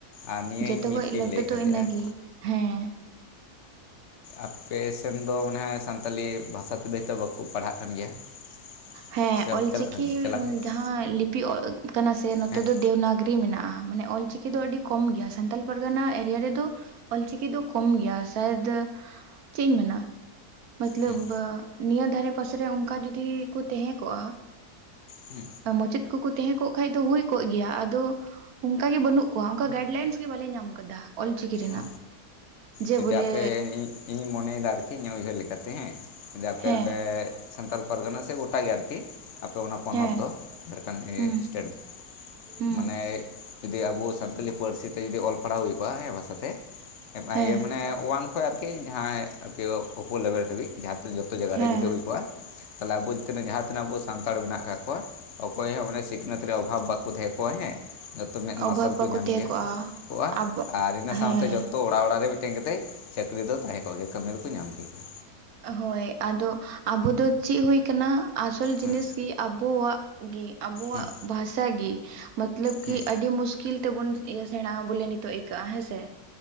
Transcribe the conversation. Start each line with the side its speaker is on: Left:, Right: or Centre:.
Left: ᱟᱨ ᱱᱤᱭᱟᱹ
Right: ᱡᱚᱛᱚᱠᱷᱚᱡ
Left: ᱤᱧ ᱢᱤᱫᱴᱮᱱ
Right: ᱞᱟᱹᱴᱩ
Left: ᱤᱧ ᱞᱟᱹᱭᱮᱫ
Right: ᱫᱚ
Left: ᱠᱟᱱ ᱛᱟᱦᱮᱸᱜᱼᱟ
Right: ᱤᱱᱟᱹᱜᱮ ᱦᱮᱸ
Left: ᱟᱯᱮ ᱥᱮᱱ ᱫᱚ <inaudible> ᱥᱟᱱᱛᱟᱞᱤ ᱵᱷᱟᱥᱟ ᱛᱮᱫᱚ ᱦᱚᱭᱛᱚ ᱵᱟᱠᱚ ᱯᱟᱲᱦᱟᱜ ᱠᱟᱱ ᱜᱮᱭᱟ
Right: ᱦᱮᱸ
Left: ᱥᱮ
Right: ᱚᱞᱪᱤᱠᱤ
Left: ᱪᱟᱞᱟᱜ ᱠᱟᱱ ᱜᱮᱭᱟ ᱪᱟᱞᱟᱜ ᱠᱟᱱᱟ
Right: ᱡᱟᱦᱟᱸ ᱞᱤᱯᱤ <inaudible> ᱠᱟᱱᱟ ᱥᱮ ᱱᱚᱛᱮ
Left: ᱦᱮᱸ
Right: ᱫᱚ <unintelligible> ᱢᱮᱱᱟᱜᱼᱟ ᱢᱟᱱᱮ ᱚᱞᱪᱤᱠᱤ ᱫᱚ ᱟᱹᱰᱤ ᱠᱚᱢ ᱜᱮᱭᱟ ᱥᱟᱱᱛᱟᱞ ᱯᱟᱨᱜᱟᱱᱟ ᱮᱨᱤᱭᱟ ᱨᱮᱫᱚ ᱚᱞ ᱪᱤᱠᱤ ᱫᱚ ᱠᱚᱢ ᱜᱮᱭᱟ <unintelligible> ᱪᱮᱫ ᱤᱧ ᱢᱮᱱᱟ ᱢᱚᱛᱞᱚᱵ
Left: ᱦᱩᱸ
Right: ᱱᱤᱭᱟᱹ ᱫᱷᱟᱨᱮ ᱯᱟᱥᱮᱨᱮ ᱚᱱᱠᱟ ᱡᱚᱫᱤ ᱠᱚ ᱛᱟᱦᱮᱸ ᱠᱚᱜᱼᱟ
Left: ᱦᱩ
Right: ᱢᱟᱪᱮᱫ ᱠᱚᱠᱚ ᱛᱟᱦᱮᱸ ᱠᱚᱜ ᱠᱷᱟᱡ ᱫᱚ ᱦᱩᱭ ᱠᱚᱜ ᱜᱮᱭᱟ ᱟᱫᱚ ᱚᱱᱠᱟ ᱜᱮ ᱵᱟᱹᱱᱩᱜ ᱠᱚᱣᱟ ᱚᱱᱠᱟ ᱜᱟᱭᱤᱰ ᱞᱟᱭᱤᱱᱥ ᱜᱮ ᱵᱟᱞᱮ ᱧᱟᱢᱼᱟ ᱧᱟᱢ ᱟᱠᱟᱫᱟ ᱚᱞᱪᱤᱠᱤ ᱨᱮᱱᱟᱜ
Left: ᱚ
Right: ᱡᱮ
Left: ᱡᱩᱫᱤ
Right: ᱵᱚᱞᱮ
Left: ᱟᱯᱮ ᱤᱧ ᱢᱚᱱᱮᱭᱮᱫᱟ ᱟᱨᱠᱤ ᱤᱧᱟᱹᱜ ᱩᱭᱦᱟᱹᱨ ᱞᱮᱠᱟᱛᱮ ᱦᱮᱸ <inaudible>
Right: ᱦᱮᱸ
Left: ᱚᱸᱰᱮ ᱥᱟᱱᱛᱟᱞ ᱯᱟᱨᱜᱟᱱᱟ ᱥᱮ ᱜᱚᱴᱟᱜ ᱜᱮ ᱟᱨᱠᱤ ᱟᱯᱮ ᱚᱱᱟ ᱯᱚᱱᱚᱛ
Right: ᱦᱮᱸ
Left: ᱫᱚ ᱡᱷᱟᱲᱠᱷᱚᱸᱰ
Right: ᱦᱩᱸ
Left: ᱥᱴᱮᱴ
Right: ᱦᱩᱸ
Left: ᱢᱟᱱᱮ ᱡᱩᱫᱤ ᱟᱵᱚ ᱥᱟᱱᱛᱟᱞᱤ ᱯᱟᱹᱨᱥᱤ ᱛᱮ ᱡᱩᱫᱤ ᱚᱞ ᱯᱟᱲᱦᱟᱣ ᱦᱩᱭ ᱠᱚᱜᱼᱟ ᱦᱮᱸ
Right: ᱦᱮᱸ
Left: <unintelligible> ᱚᱣᱟᱱ ᱠᱷᱚᱡ ᱟᱨᱠᱤ ᱡᱟᱦᱟᱸᱭ ᱟᱨᱠᱤ ᱚᱳᱯᱳ ᱞᱮᱵᱮᱞ ᱦᱟᱹᱵᱤᱡ ᱡᱟᱦᱟᱸ ᱡᱚᱛᱚ ᱡᱟᱭᱜᱟ
Right: ᱦᱮᱸ
Left: ᱨᱮ ᱡᱩᱫᱤ ᱦᱩᱭ ᱠᱚᱜᱼᱟ ᱛᱟᱦᱚᱞᱮ ᱟᱵᱚ ᱡᱤᱱᱟ ᱡᱟᱦᱟᱸ ᱛᱤᱱᱟᱹᱜ ᱟᱵᱚ <inaudible> ᱥᱟᱱᱛᱟᱲ ᱢᱮᱱᱟᱜ ᱟᱠᱟᱫ ᱠᱚᱣᱟ ᱚᱠᱚᱭ ᱦᱚᱸ ᱢᱟᱱᱮ ᱥᱤᱠᱷᱱᱟᱹᱛ ᱨᱮ ᱚᱵᱷᱟᱵᱽ ᱵᱟᱠᱚ ᱛᱟᱦᱮᱸ ᱠᱚᱜᱟ ᱦᱮᱸ ᱡᱚᱛᱚ ᱢᱮᱫ ᱢᱟᱨᱥᱟᱞ
Right: ᱚᱵᱷᱟᱵ
Left: ᱠᱚ
Right: ᱵᱟᱠᱚ
Left: ᱧᱟᱢ
Right: ᱛᱟᱦᱮᱸ
Left: ᱠᱮᱭᱟ
Right: ᱠᱚᱜᱼᱟ
Left: ᱠᱚᱜᱼᱟ
Right: ᱟᱵᱚ
Left: ᱟᱨ ᱤᱱᱟᱹ ᱥᱟᱶᱛᱮ
Right: ᱦᱮᱸ
Left: ᱡᱚᱛᱚ ᱚᱲᱟᱜ ᱚᱲᱟᱜ ᱨᱮ ᱢᱤᱫᱴᱮᱱ ᱠᱟᱛᱮ ᱪᱟᱹᱠᱨᱤ ᱫᱚ ᱛᱟᱦᱮᱸ ᱠᱚᱜ ᱜᱮ ᱠᱟᱹᱢᱤ ᱫᱚᱠᱚ ᱧᱟᱢ ᱠᱮ ᱜᱮ
Right: ᱦᱳᱭ ᱟᱫᱚ ᱟᱵᱚ ᱫᱚ ᱪᱮᱫ ᱦᱩᱭ ᱟᱠᱟᱱᱟ ᱟᱥᱚᱞ ᱡᱤᱱᱤᱥ
Left: ᱦᱮᱸ
Right: ᱜᱮ ᱟᱵᱚᱣᱟᱜ ᱜᱮ ᱟᱵᱚᱣᱟᱜ
Left: ᱦᱮᱸ
Right: ᱵᱷᱟᱥᱟ ᱜᱮ ᱢᱚᱛᱞᱚᱵ ᱠᱤ
Left: ᱦᱮᱸ
Right: ᱟᱹᱰᱤ <unintelligible> ᱠᱤᱞ ᱛᱟᱵᱚᱱ ᱥᱮᱬᱟᱜᱼᱟ ᱵᱚᱞᱮ ᱱᱤᱛᱚᱜ ᱟᱹᱭᱠᱟᱹᱜᱼᱟ ᱦᱮᱸᱥᱮ